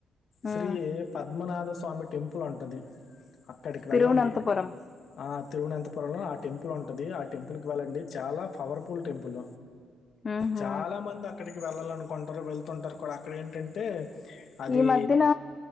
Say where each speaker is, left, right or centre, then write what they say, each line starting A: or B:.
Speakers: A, on the left; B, on the left.
A: శ్రీ
B: ఉమ్.
A: పద్మనాథ స్వామి టెంపుల్ ఉంటది అక్కడికి వెళ్ళండి
B: తిరువనంతపురం
A: ఆ తిరువనంత పురంలో ఆ టెంపుల్ ఉంటుంది ఆ టెంపుల్కి వెళ్ళండి చాలా పవర్ఫుల్ టెంపుల్
B: ఉహు
A: చాలా మంది అక్కడికి వెళ్ళాలనుకుంటారు వెళ్తుంటారు కూడా అక్కడ ఏంటంటే అది
B: ఈ మధ్యన